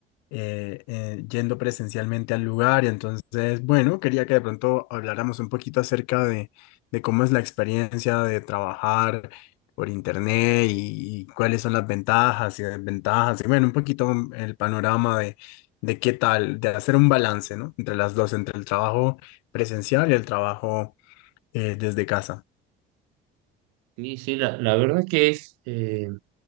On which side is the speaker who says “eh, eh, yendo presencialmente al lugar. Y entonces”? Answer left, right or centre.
Left